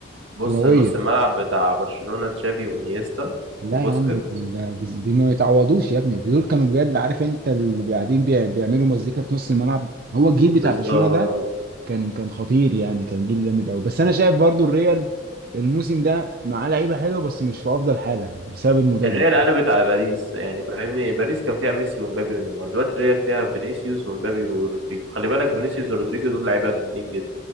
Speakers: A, on the right; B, on the right.
A: بص
B: كرويا
A: نص الملعب بتاع برشلونة تشافي وانيستا
B: لا
A: وبوسكيت
B: يا عم ده ده- دي, دي ما يتعوضوش يا ابني دول كانوا بجد عارف انت اللي قاعدين بيع- بيعملوا مزيكا في نص الملعب هو الجيل بتاع
A: بالظبط
B: برشلونه ده كان كان خطير يعني كان جيل جامد قوي بس انا شايف برضو الريال الموسم ده معاه لعيبه حلوه بس مش في افضل حاله يعني بسبب المدرب
A: الريال قلبت على باريس يعني فاهمني باريس كان فيها ميسي ومبابي ونيمار دلوقتي الريال فيها فينيسيوس ومبابي ورودريجو خلي بالك فينيسيوس ورودريجو دول لعيبه جامدين جدا